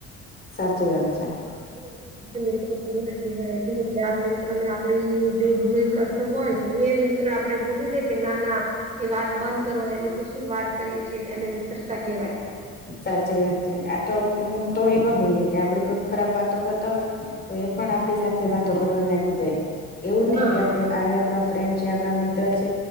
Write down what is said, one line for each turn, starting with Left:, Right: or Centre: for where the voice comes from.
Left: સાચી વાત છે.
Right: <unintelligible> ચાર મિત્ર મે આપડી જો એ બુરાઈ કરતો હોય એ મિત્ર આપડે બોલે ને કે ના ના એ વાત બંધ કરો એની તે શું વાત કરી છે એને મિત્રતા કેવાય.
Left: સાચી વાત ચે આ તો અમુક તો એવા હોઈએ કે આપડે કઈક ખરાબ વાતો કરતા હોય. તો એ પણ આપડી સાથે વાતો કરવા લાગી જાય એવું
Right: હા
Left: નઈ કે આપડે આય આપડા ફ્રેન્ડ છે આપણા મિત્ર છે